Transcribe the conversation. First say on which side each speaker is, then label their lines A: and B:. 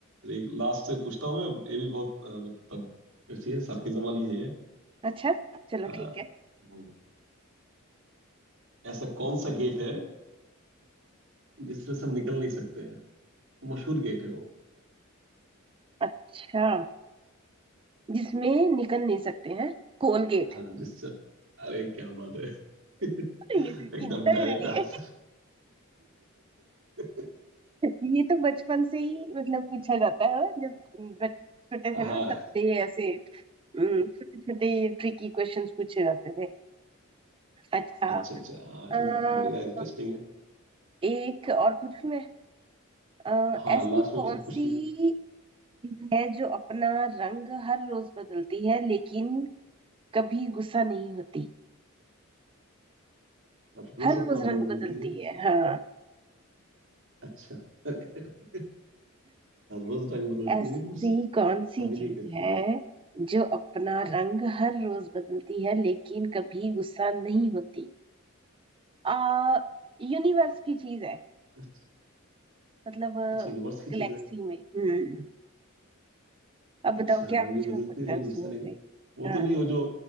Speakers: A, on the right (about 65°); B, on the right (about 25°).
A: एक लास्ट से पूछता हूँ मैं ये भी बहुत अ, मतलब अच्छी है sarcasm वाली है ये
B: अच्छा चलो
A: अ,
B: ठीक है
A: हम्म, ऐसा कौन सा गेट है जिसमें से हम निकल नहीं सकते हैं मशहूर गेट है वो
B: अच्छा जिसमें निकल नहीं सकते हैं कोलगेट
A: हाँ
B: <laughs>
A: जिससे अरे क्या बात है <laughs>
B: ये tricky
A: एकदम
B: नहीं था
A: डायरेक्ट
B: मेरे लिए
A: आंसर <laughs>
B: ये तो बचपन से ही मतलब पूछा जाता है ना? जब बच छोटे थे
A: हाँ
B: ना तब से ये ऐसे छोटे छोटे ट्रिकी क्वेश्चंस पूछे जाते थे अच्छा
A: अच्छा अच्छा हाँ
B: अ,
A: बढ़िया इंटरेस्टिंग है
B: एक और पूछूं मैं अ,
A: हाँ
B: ऐसी
A: लास्ट में
B: कौन
A: उसने पूछ
B: सी
A: लिया
B: चीज है जो अपना रंग हर रोज बदलती है लेकिन कभी गुस्सा नहीं होती
A: हर रोज
B: हर रोज
A: अपना
B: रंग
A: रंग बदलती
B: बदलती
A: है
B: है हाँ
A: अच्छा <laughs> हर रोज रंग बदलती
B: ऐसी
A: है गुस्सा
B: कौन सी
A: भी नहीं
B: चीज
A: करती
B: है जो अपना रंग हर रोज बदलती है लेकिन कभी गुस्सा नहीं होती आ यूनिवर्स की चीज है
A: अच्छा
B: मतलब
A: अच्छा यूनिवर्स की
B: गैलेक्सी
A: चीज है
B: में हम्म अब
A: अच्छा
B: बताओ क्या
A: रंग
B: कुछ
A: भी बदलती
B: हो सकता
A: है लेकिन
B: है उसमें
A: गुस्सा नहीं
B: से
A: वो
B: हाँ
A: तो नहीं वो जो